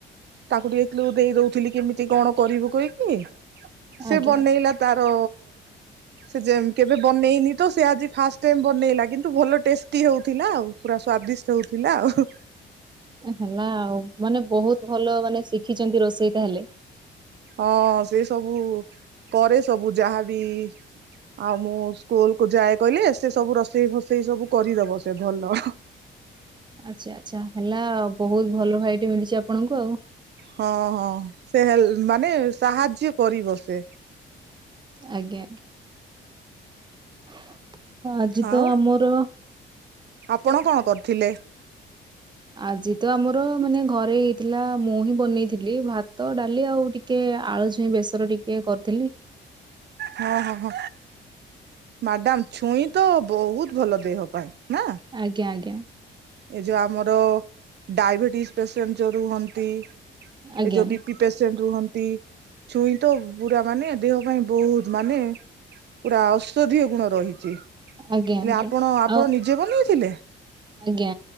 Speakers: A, on the right; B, on the right.
A: ତାକୁ ଟିକେ କ୍ଲୁ ଦେଇଦାଉଥିଲି କେମିତି କଣ କରିବୁ କହିକି ସେ
B: ଆଜ୍ଞା
A: ବନେଇଲା ତାର ସେ ଯେମ୍ କେବେ ବନେଇନି ତ ସେ ଆଜି ଫାଷ୍ଟ ଟାଇମ ବନେଇଲା କିନ୍ତୁ ଭଲ ଟେଷ୍ଟି ହଉଥିଲା ଆଉ ପୁରା ସ୍ଵାଦିଷ୍ଟ ହଉଥିଲା ଆଉ
B: ହେଲା ଆଉ ମାନେ ବହୁତ ଭଲ ମାନେ ଶିଖିଛନ୍ତି ରୋଷେଇ ତାହେଲେ।
A: ହଁ ସେ ସବୁ କରେ ସବୁ ଯାହାବି ଆଉ ମୁଁ ସ୍କୁଲ କୁ ଯାଏ କହିଲି ସେ ସବୁ ରୋଷେଇ ଫସେଇ ସବୁ କରିଦବ ସେ ଭଲ
B: ଆଚ୍ଛା ଆଛା ହେଲା ଆଉ ବହୁତ ଭଲ ଭାଇଟି ମିଳିଛି ଆପଣଙ୍କୁ ଆଉ।
A: ହଁ ହଁ ସେ ହେ ମାନେ ସାହାଯ୍ୟ କରିବ ସେ।
B: ଆଜ୍ଞା ଆଜ୍ଞା ଆଜି
A: ଆଉ
B: ତ ମୋର
A: ଆପଣ କଣ କରୁଥିଲେ?
B: ଆଜି ତ ଆମର ମାନେ ଘରେ ହେଇଥିଲା ମୁଁ ହିଁ ବନେଇଥିଲି ଭାତ ଡାଲି ଆଉ ଟିକେ ଟିକେ ଆଳୁ ଛୁଇଁ ବେସର ଟିକେ କରିଥିଲି।
A: ହ ହୋ ହୋ। ମାଡ଼ାମ ଛୁଇଁ ତ ବହୁତ ଭଲ ଦେହ ପାଇଁ ନା?
B: ଆଜ୍ଞା ଆଜ୍ଞା।
A: ଏ ଯୋଉ ଆମର ଡାଇବେଟିସ ପେସେଣ୍ଟ ଯୋଉ ରୁହନ୍ତି
B: ଆଜ୍ଞା
A: ଏ ଯୋଉ ବିପି ପେସେଣ୍ଟ ରୁହନ୍ତି ଛୁଇଁ ତ ପୁରା ମାନେ ଦେହ ପାଇଁ ବହୁତ ମାନେ ପୁରା ଔଷଧୀୟ ଗୁଣ ରହିଛି ହେଲେ
B: ଆଜ୍ଞା ଆଜ୍ଞା।
A: ଆପଣ ଆପଣ
B: ଆଉ
A: ନିଜେ ବନେଇଥିଲେ?
B: ଆଜ୍ଞା